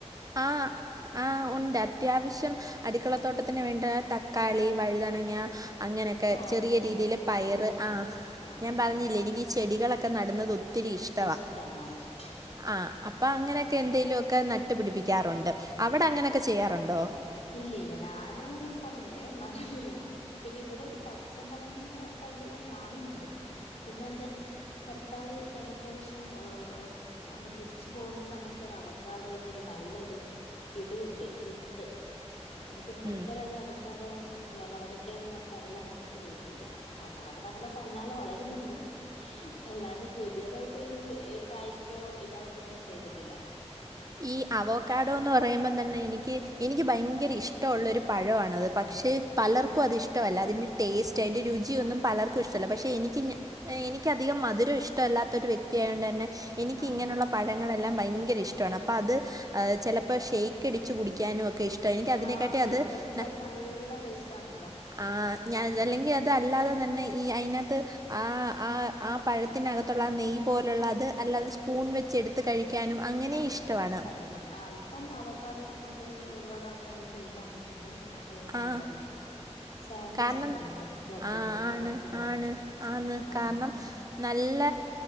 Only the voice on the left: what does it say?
ഓ
അതെല്ലാം
ഉണ്ടല്ലേ
ആഹ് അത് ശരി
ആഹ്
ആഹ്
ആഹ്
ഇഷ്ട്ടാ ന്നാ ഇഷ്ട്ടാ
ഇല്ലില്ല നാന് പറഞ്ഞില്ലേ അതറിയില്ലാ. പിന്നെ ഇവിടെ ഒരു പച്ചമൊളകിന്റെ തയ്യെല്ലാം കാണുന്ന്ണ്ട് പിന്നെ എന്റെ. ഭർത്താവ് കഴിനപ്രാവശ്യം ആഹ്. അങ്ങ് തിരിച്ചു പോവുന്ന സമയത്തൊരു അവക്കാടോന്നൊരു നല്ലൊരു ഇത് കിട്ടി വിത്ത്. എന്നിട്ട് മൂപ്പരത്
അവക്കാടോ. വളരട്ടെന്ന് പറഞ്ഞ്ട്ട് അതെല്ലാം നട്ടിട്ട് പോയിട്ട്ണ്ട് അതാടന്ന് അങ്ങനെ തന്നാലെ വളരുന്നുണ്ട്. എല്ലാണ്ട് പുതിയതായിട്ടയ്ല് കായ്ക്കോ ഇതാക്കോ ഒന്നും ചെയ്തിട്ടില്ല.
ആഹ്
ഇഷ്ട
ആഹ്
ആഹ്
ആഹ് ഷെയ്ക്ക്
അടിച്ചാല്
നല്ല ടേസ്റ്റ് ആണല്ലോ
താണ്
നല്ലതാണ് ആ ഇപ്പം അവക്കാഡോനെ കൊണ്ട് ഒരുപാട് ആൾക്കാര് ചെയ്യുന്ന കണ്ടിട്ടുണ്ട്. മറ്റെ ഇത്ണ്ടല്ലോ.
സാൻവിച്ചാക്കുന്നത്
ബ്രെഡിന്
റൊട്ടിന്റെ
ആഹ്.